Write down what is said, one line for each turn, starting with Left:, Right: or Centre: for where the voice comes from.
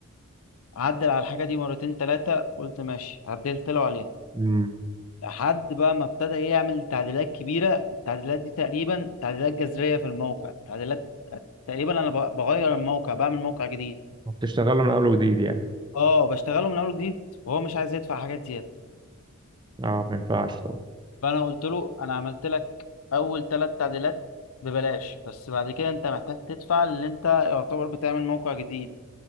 Left: عدل على الحاجة دي مرتين تلاتة قلت ماشي عدلت له عليها
Right: أمم
Left: لحد بقى ما ابتدى إيه يعمل تعديلات كبيرة التعديلات دي تقريبا تعديلات جذرية في الموقع تعديلات تقريبا أنا ب- بغير الموقع بعمل موقع جديد
Right: بتشتغلوا من أول وجديد يعني
Left: اه بشتغله من أول جديد وهو مش عايز يدفع حاجات زيادة
Right: أه ما ينفعش طبعا
Left: فأنا قلت له أنا عملت لك أول تلات تعديلات ببلاش بس بعد كده أنت محتاج تدفع لأن أنت يعتبر بتعمل موقع جديد